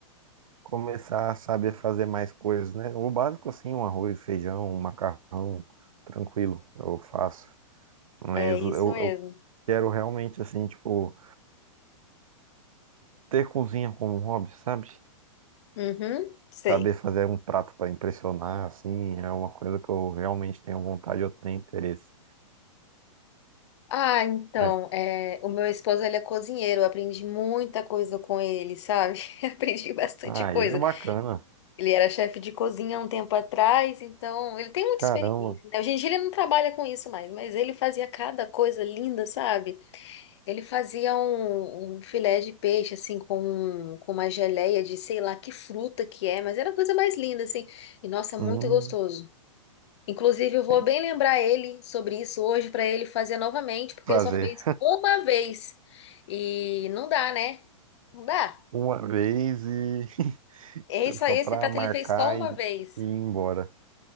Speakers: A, on the right (about 85°); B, on the left (about 55°).
A: Começar a saber fazer mais coisas, né? O básico, assim, um arroz, feijão, um macarrão, tranquilo, eu faço. Mas
B: É isso
A: eu, eu
B: mesmo.
A: quero realmente, assim, tipo, ter cozinha como um hobby, sabe?
B: Uhum, sei.
A: Saber fazer um prato para impressionar, assim, é uma coisa que eu realmente tenho vontade, eu tenho interesse.
B: Ah, então,
A: Mas,
B: é, o meu esposo, ele é cozinheiro, eu aprendi muita coisa com ele, sabe? <laughs> Aprendi bastante
A: aí
B: coisa.
A: é bacana,
B: Ele era chefe de cozinha há um tempo atrás, então ele tem muita
A: caramba,
B: experiência, né? Hoje em dia ele não trabalha com isso mais, mas ele fazia cada coisa linda, sabe? Ele fazia um, um filé de peixe, assim, com, um- com uma geleia de sei lá que fruta que é, mas era a coisa mais linda, assim. E nossa, muito
A: hum,
B: gostoso. Inclusive, eu vou
A: tem
B: bem lembrar ele sobre isso hoje para ele fazer novamente, porque
A: que fazer
B: ele só fez uma vez. E não dá, né? Não dá.
A: <laughs> uma vez e <laughs>
B: Esse,
A: só
B: esse
A: pra
B: prato
A: marcar
B: ele fez só uma
A: e,
B: vez.
A: e ir embora.